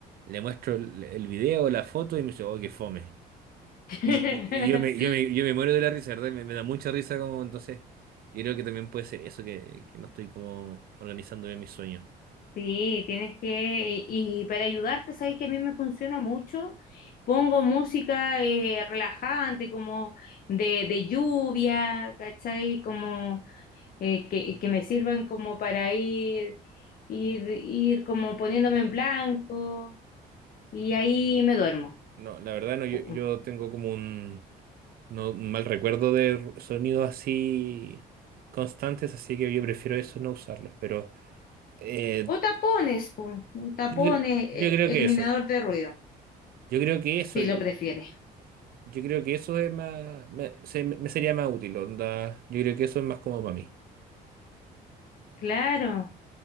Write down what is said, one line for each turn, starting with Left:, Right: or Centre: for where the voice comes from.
Right: Le muestro el, el video, la foto y me dice, oh, qué fome.
Left: <laughs>
Right: Y, y- y yo me, yo me, yo me muero de la risa, ¿verdad? Me, me da mucha risa como entonces. Yo creo que también puede ser eso, que, que no estoy como organizando bien mis sueños.
Left: Sí, tienes que, y, y para ayudarte, sabes que a mí me funciona mucho. Pongo música eh, relajante, como de, de lluvia, ¿cachai? Como eh, que, que me sirvan como para ir, ir, ir como poniéndome en blanco y ahí me duermo.
Right: No, la verdad no, yo,
Left: Pum.
Right: yo tengo como un, no, un mal recuerdo de r- sonidos así constantes, así que yo prefiero eso no usarlos, pero eh,
Left: O tapones, pum, o tapones,
Right: yo, cre- yo
Left: eh,
Right: creo que
Left: eliminador
Right: eso,
Left: de ruido,
Right: yo creo que eso,
Left: si
Right: yo,
Left: lo prefieres.
Right: yo creo que eso es más, me, se- me sería más útil, onda, yo creo que eso es más como para mí.
Left: Claro.